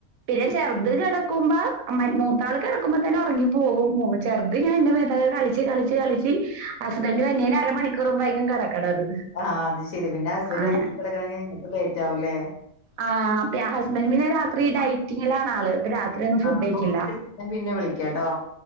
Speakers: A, on the right; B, on the left.
A: പിന്നെ ചെറുത് കിടക്കുമ്പോ അമാരി മൂത്താൾ കിടക്കുമ്പോ തന്നെ ഉറങ്ങി പോകും ചെറുത് ഇങ്ങനെന്റെ മേതൊക്കെ കളിച്ച് കളിച് ളിച്ചു കളിച്ച് ഹസ്ബൻഡ് വരുന്നേന്റെ അരമണിക്കൂറ് മുമ്പായിക്കും കിടക്ക്ണത്
B: ആഹ് അത് ശരി പിന്നെ ഹസ്ബൻഡ്
A: അങ്ങനെ
B: കിടക്കണെങ്കിൽ ലേറ്റ് ആകൂ ലേ
A: ആഹ് പ്പൊ ആ ഹസ്ബൻറ് പിന്നെ രാത്രി ഡൈറ്റിങ്ങിലാണ് ആള് രാത്രി ഒന്നും ഫുഡ്
B: ആഹ്
A: കഴിക്കില്ല
B: ഓക്കെ, ഞാൻ പിന്നെ വിളിക്കാട്ടോ